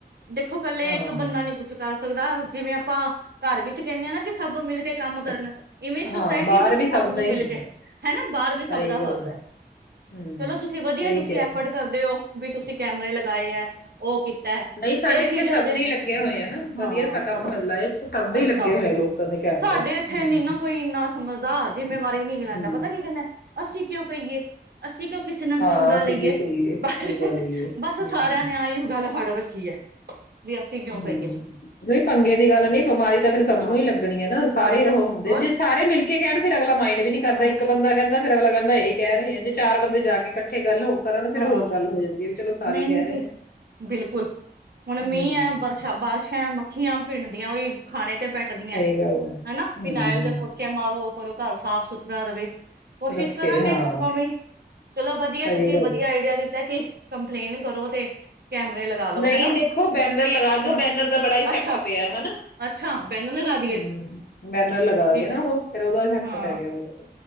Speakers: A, on the right (about 70°); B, on the left (about 60°).
A: ਦੇਖੋ ਕੱਲੇ
B: ਹਾਂ
A: ਇੱਕ ਬੰਦਾ ਨੀ ਸਕਦਾ ਜਿਵੇਂ ਆਪਾਂ ਘਰ ਵਿੱਚ ਕਹਿੰਦੇ ਹਾਂ ਨਾ ਕਿ ਸਭ ਮਿਲ ਕੇ ਕੰਮ ਕਰਨ ਇਵੇਂ ਸੁਸਾਇਟੀ
B: ਹਾਂ ਬਾਹਰ
A: ਵਿੱਚ
B: ਵੀ
A: ਸਭ
B: ਦਾ
A: ਨੂੰ
B: ਹੀ
A: ਮਿਲ
B: ਹੁੰਦਾ
A: ਕੇ ਹਨਾ ਬਾਹਰ
B: ਸਹੀ
A: ਵੀ ਸਭ ਦਾ
B: ਗੱਲ
A: ਫਰਜ਼ ਹੈ
B: ਹਮ
A: ਚਲੋ ਤੁਸੀਂ ਵਧੀਆ
B: ਸਹੀ
A: ਤੁਸੀਂ
B: ਕਿਹਾ
A: ਐਫਰਟ ਕਰਦੇ ਹੋ ਵੀ ਤੁਸੀਂ। ਕੈਮਰੇ ਲਗਾਏ ਹੈ ਉਹ ਹੈ,
B: ਨਹੀਂ ਸਾਡੇ
A: ਇਹ ਚੀਜ਼
B: ਇੱਥੇ ਸਭ
A: ਹਜੇ
B: ਦੇ ਹੀ ਲੱਗੇ ਹੋਏ। ਹਨਾ,
A: ਹਾਂ
B: ਵਧੀਆ ਸਾਡਾ
A: ਆਹ
B: ਮੁਹੱਲਾ ਹੈ ਇੱਥੇ ਸਭਦੇ
A: ਅੱਛਾ
B: ਹੀ ਲੱਗੇ ਹੋਇਆ ਲੋਕਾਂ ਦੇ ਕੈਮਰੇ
A: ਸਾਡੇ ਇੱਥੇ
B: ਹਮ
A: ਨ ਨਾ ਕੋਈ ਇੰਨਾ ਸਮਝਦਾ ਜਿੰਮੇਵਾਰੀ ਨੀ ਲੈਂਦਾ
B: ਹਮ
A: ਪਤਾ ਕੀਹਨੇ ਅਸੀਂ ਕਿਉਂ ਕਹੀਏ, ਅਸੀਂ ਕਿਉਂ? ਕਿਸੇ ਨਾਲ
B: ਹਾਂ
A: ਪੰਗਾ
B: ਅਸੀਂ
A: ਲਈਏ।
B: ਕਿਉਂ ਕਰੀਏ
A: ਬਸ-
B: ਪੰਗਾ ਲਈਏ
A: ਬਸ ਉਹ
B: ਹਮ
A: ਸਾਰਿਆਂ ਨੇ ਆ ਹੀ ਉਹ ਗੱਲ ਫੜ ਰ ਠੀਕ ਹੈ। ਵੀ ਅਸੀਂ ਕਿਉਂ
B: ਹਮ,
A: ਕਹੀਏ
B: ਨਹੀਂ ਪੰਗੇ ਦੀ ਗੱਲ ਨੀ ਬਿਮਾਰੀ ਤਾਂ ਫੇਰ ਸਭ
A: ਹਾਂ
B: ਨੂੰ ਹੀ ਲੱਗਣੀ ਹੈ। ਨਾ ਸਾਰੇ
A: ਵਾਇਟਸ
B: ਉਹ ਹੁੰਦੇ
A: ਹੋਰ
B: ਜੇ ਸਾਰੇ ਮਿਲ ਕੇ ਕੀ ਕਹਿਣ ਫਿਰ ਅਗਲਾ ਮਾਈਨ ਵੀ ਨੀ ਕਰਦਾ
A: ਹਾਂਜੀ
B: ਇੱਕ ਬੰਦਾ ਕਹਿੰਦਾ ਫਿਰ ਅਗਲਾ ਦਾ ਇਹ ਕਹਿ ਰਹੇ ਆ ਜੇ ਚਾਰ ਬੰਦੇ ਜਾ ਕੇ ਇਕੱਠੇ ਗੱਲ ਹੋ ਕਰਨ ਫੇਰ
A: ਹਾਂ
B: ਹੋਰ ਗੱਲ ਹੋ ਜਾਂਦੀ ਹੈ ਵੀ ਚਲੋ ਸਾਰੇ
A: ਨਹੀਂ
B: ਹੀ ਕਹਿ
A: -ਨਹੀਂ
B: ਰਹੇ
A: ਠੀਕ।
B: ਨੇ।
A: ਬਿਲਕੁਲ, ਹੁਣ ਮੀਂਹ
B: ਹੂੰ,
A: ਏ ਬਰਸ਼ਾ- ਬਾਰਿਸ਼ਾਂ ਮੱਖੀਆਂ ਭਿੰਣ ਦੀਆਂ ਉਹੀ ਖਾਣੇ ਤੇ ਬੈਠਦੀਆਂ।
B: ਸਹੀ ਗੱਲ ਹੈ।
A: ਹਨਾ,
B: ਹੂੰ,
A: ਫਿਨਾਇਲ ਦੇ ਪੋਚੇ ਮਾਰੋ। ਕਰੋ ਘਰ ਸਾਫ਼ -ਸੁਥਰਾ ਰਹੇ। ਕੋਸ਼ਿਸ਼
B: ਰੱਖੇ
A: ਕਰਾਂਗੇ
B: ਹਾਂ
A: ਆਪਾਂ ਵੀ। ਚਲੋ ਵਧੀਆ,
B: ਸਹੀ
A: ਤੁਸੀਂ
B: ਗੱਲ।
A: ਵਧੀਆ ਆਈਡੀਆ ਦਿੱਤਾ ਕਿ ਕੰਪਲੇਂਨ ਕਰੋ ਤੇ ਕੈਮਰੇ ਲਗਾ ਲੋ
B: ਨਹੀਂ
A: ਹਨਾ
B: ਦੇਖੋ ਬੈਨਰ ਲਗਾ ਕੇ
A: ਹਾਂ
B: ਉਹ ਬੈਨਰ ਦਾ ਬੜਾ ਇਫੈਕਟ
A: ਅੱਛਾ
B: ਪਿਆ। ਹਨਾ,
A: ਅੱਛਾ ਬੈਨਰ ਲਗਾ ਦੀਏ
B: ਹਮ, ਬੈਨਰ ਲਗਾ
A: ਠੀਕ
B: ਗ ਨਾ
A: ਹੈ
B: ਉਹ ਫੇਰ ਉਹਦਾ ਇਫੈਕਟ
A: ਹਾਂ
B: ਪੈ ਗਿਆ ਬਹੁਤ।